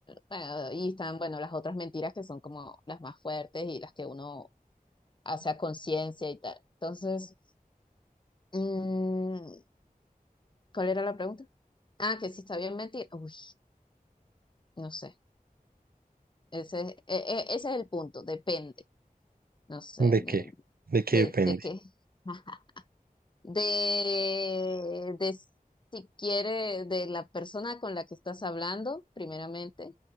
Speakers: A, on the left (about 30°); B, on the right (about 80°).
A: bueno, y están, bueno, las otras mentiras que son como las más fuertes y las que uno o sea, conciencia y tal. Entonces, mm, ¿cuál era la pregunta? Ah, que si está bien mentir. Uy, no sé. Ese, es- e- e- ese es el punto, depende. No sé,
B: ¿De
A: de,
B: qué? ¿De qué
A: de,
B: depende?
A: de qué. <laughs> De, de si quiere, de la persona con la que estás hablando, primeramente,